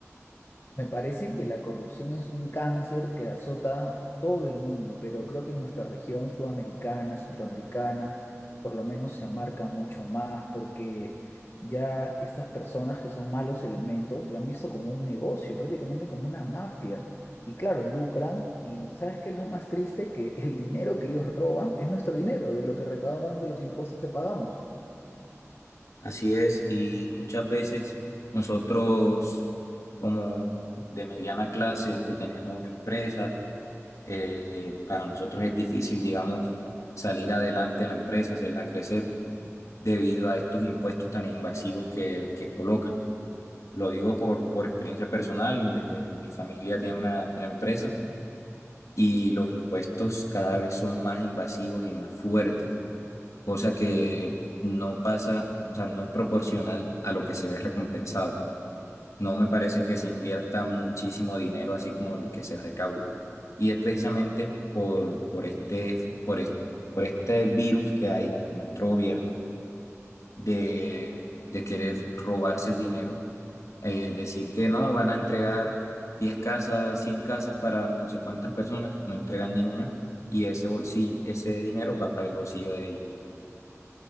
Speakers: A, on the left (about 50°); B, on the left (about 75°).
A: Me parece que la corrupción es un cáncer que azota a todo el mundo, pero creo que en nuestra región sudamericana, centroamericana, por lo menos se marca mucho más porque ya estas personas que son malos elementos lo han visto como un negocio, prácticamente como una mafia. Y claro, lucran y ¿sabes qué es lo más triste? Que el dinero que ellos roban es nuestro dinero, de lo que recaudan de los impuestos que pagamos.
B: Así es, y muchas veces nosotros, como de mediana clase, que tenemos empresas, eh, para nosotros es difícil, digamos, salir adelante en la empresa, hacerla crecer debido a estos impuestos tan invasivos que, que colocan. Lo digo por, por experiencia personal, eh, mi familia tiene una, una empresa y los impuestos cada vez son más invasivos y más fuertes, cosa que no pasa, o sea, no es proporcional a lo que se ve recompensado. No me parece que se invierta muchísimo dinero así como el que se recauda. Y es precisamente por, por este, por este, por este virus que hay en nuestro gobierno de, de querer robarse el dinero. Eh, decir que no, van a entregar 10 casas, 100 casas para no sé cuántas personas, no entregan ni una y ese bolsillo, ese dinero va para el bolsillo de ellos.